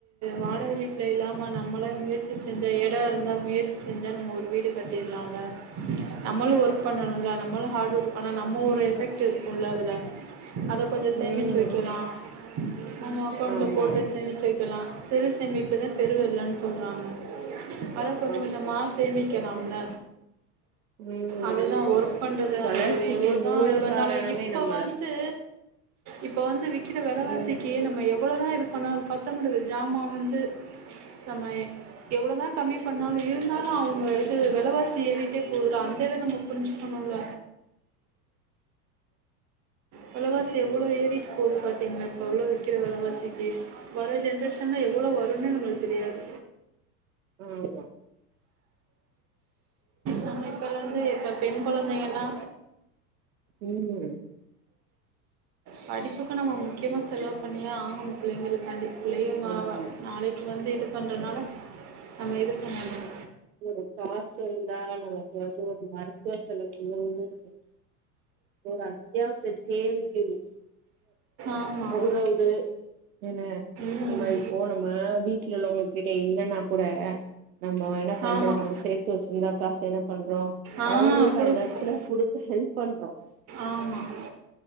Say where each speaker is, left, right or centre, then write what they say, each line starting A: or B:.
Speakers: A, on the right; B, on the right.
A: வாடக வீட்டுல இல்லாம நம்மளா முயற்சி. இந்த எடோ இருந்தா முயற்சி செஞ்சா நம்ம ஒரு வீடு கட்டிடலாம்ல்ல. நம்மளும் ஒர்க் பண்ணணும்ல நம்மளும் ஹார்ட் ஒர்க். ஆனா நம்ம ஒரு
B: ம்
A: எஃபெக்ட் இருக்கும்ல அதுல. அத கொஞ்சோ சேமிச்சு
B: ம்
A: வைக்கலா. நம்ம அக்கௌண்ட்ல
B: ஆமா
A: போட்டு சேமிச்சு வைக். இருக்கல்லா சிறு சேமிப்புதா பெருவெள்ளன்னு சொல்றாங்க. அத கொஞ்ச
B: ஆமா
A: கொஞ்ச மா சேமி வக்கலாம்ல
B: ம்
A: அதுதான் ஒர்க் பண்றது
B: வளர்ச்சிக்கு
A: அது எவ்வளவுதான்
B: மூல
A: இது வந்தாலும்
B: காரணமே
A: இப்ப
B: நம்மள
A: வந்து இப்ப வந்து விக்கிற விலவாசிக்கு
B: ம்
A: நம்ம எவ்வளத ஆனா அது பத்தமாட்டன்து ஜாமான் வந்து நம் எ எவ்வளதான் கம்மி பண்ணாலும் இருந்தாலும் அவங்க எது வெலவாசி ஏறிட்டே போகுதல அந்த இத நம்ம புரிஞ்சுக்கணும்ல வெளவாசி எவ்வளோ ஏறி கோடு பாத்தீங்கனா இப்ப உளவிஷ இருக்கிற வெலவாசிக்கு வர ஜென்ரேஷன்லாம் எவ்வளோ வரும்ன்னே நம்மளுக்கு தெரியாது
B: ஆஹ் ஆமா
A: நானே கொழந்த இப்ப பெண் கொலந்தங்கன்னா
B: உஹம்
A: படிப்புக்கு நம்ம முக்கியமா செலவு பண்ணியே ஆகணு பிள்ளங்களுக்காண்டி <unintelligible> மாவ
B: ஆமா
A: நாளைக்கு வந்து எடுத் பண்ணுறனால அந்த இது பண்ணனும்
B: ஒரு காசு இருந்தா நமக்கு வந்து ஒரு மருத்துவ செலவுக்கு ஒரு அத்தியாவசிய தேவைக்குது
A: ஆமாம்
B: உதவுது என்ன
A: ம்
B: நம்ம இப்போ நம்ம வீட்டுல உள்ளவங்க கிட்ட இல்லன்னா கூட நம்ம என்ன பண்றோ
A: ஆமாம்
B: நம்ம சேர்த்து வச்சிருந்தா காசு என்ன பண்றோ
A: ஆ
B: அவங்களுக்கு
A: கொடுப்போம்
B: அந்த இடத்துல கொடுத்து ஹெல்ப் பண்றோம்
A: ஆமாம்